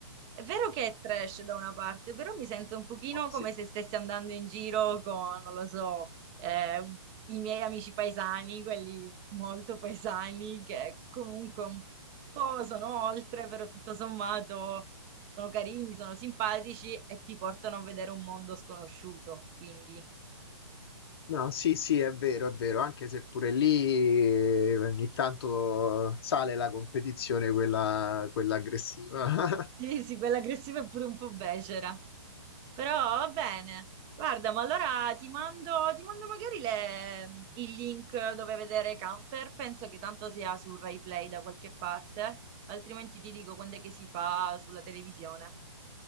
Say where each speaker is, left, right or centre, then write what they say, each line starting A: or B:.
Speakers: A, on the right; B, on the left.
A: è vero che è trash da una parte, però mi sento un pochino
B: oh, sì.
A: come se stessi andando in giro con, non lo so, eh, i miei amici paesani, quelli molto paesani, che comunque un po' sono oltre, però tutto sommato sono carini, sono simpatici e ti portano a vedere un mondo sconosciuto, quindi...
B: No, sì, sì, è vero, è vero, anche se pure lì eh, ogni tanto sale la competizione, quella, quella aggressiva. <laughs>
A: Sì, sì, quella aggressiva è pure un po' becera. Però va bene. Guarda, ma allora ti mando, ti mando magari le- mm, il link dove vedere Camper. Penso che tanto sia su Rai Play da qualche parte. Altrimenti ti dico quando è che si fa sulla televisione.